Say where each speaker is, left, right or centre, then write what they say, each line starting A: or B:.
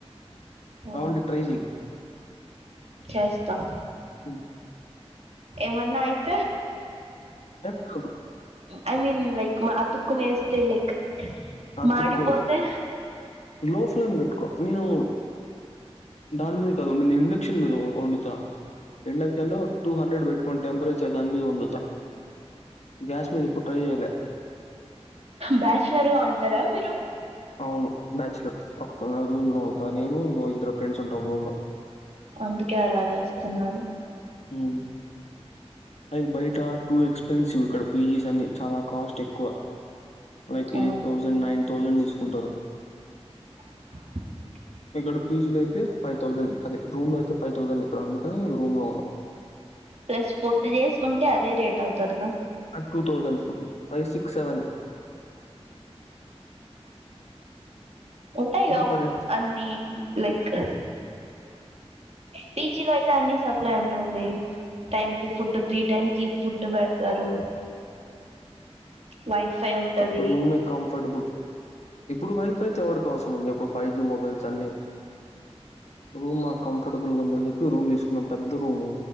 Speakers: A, on the right; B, on the left.
A: ఓ
B: కావాలంటే ట్రై చెయ్
A: చేస్తా
B: హ్మ్.
A: ఏమన్నా అయితే
B: ఏం కాదు
A: ఆఐ మీన్ లైక్ అతూకునేస్తే లైక్
B: అతుక్కొదు
A: మాడిపోతే
B: లో ఫ్లేమ్ పెట్టుకో నేను దాని మీద కద ఉండింది నేను ఇండేక్షన్ మీద వండుతా ఇండక్షన్ లో టూ హండ్రెడ్ పెట్టుకోని టెంపరేచర్ దాని మీద వండుతా గ్యాస్ మీద ఎప్పుడు ట్రై చేయలే
A: బ్యాచులర్ గా ఉంటారా మీరు
B: అవును బ్యాచలర్ ఒక్కనే రూమ్ లో ఉంటా నేను ఇంకో ఇద్దరు ఫ్రెండ్స్ ఉంటాం రూమ్ లో
A: అందుకే అలాగేస్తున్నారు
B: ఉమ్ అది బయట టూ ఎక్స్పెన్సివ్ ఇక్కడ పీజీస్ అన్ని చాలా కాస్ట్ ఎక్కువ లైక్
A: ఆ
B: ఎయిట్ థౌజండ్ నైన్ థౌజండ్ తీసుకుంటారు
A: <inaudible>
B: ఇక్కడ పీజీలో అయితే వ్థౌసండ్ అది రూమ్ లో అయితే ఫైవ్ థౌంసండ్ ఇక్కడ అందుకని రూమ్ లో ఉన్నాం
A: ప్లస్ ఫుడ్ చేసుకుంటే అదే రేట్ అవుతదిగా
B: ఆ two thousand food five six seven
A: ఉంటాయిగా
B: అంటే పర్
A: అన్ని లైక్ పిజీలో అయితే అన్ని సప్లై ఉంటుంది టైం కి ఫుడ్ త్రీ టైమ్ కి ఫుడ్ పెడతారు వైఫై ఉంటది
B: క రూమే కంఫర్టబుల్ ఇప్పుడు వైఫై తో ఎవడికి అవసరం ఉంది చెప్పు ఫైవ్ జీ మొబైల్స్ అన్ని రూమ్ మాకు కంఫర్టబుల్ గా ఉందని చెప్పి రూమ్ తీసుకున్నాం పెద్ద రూమ్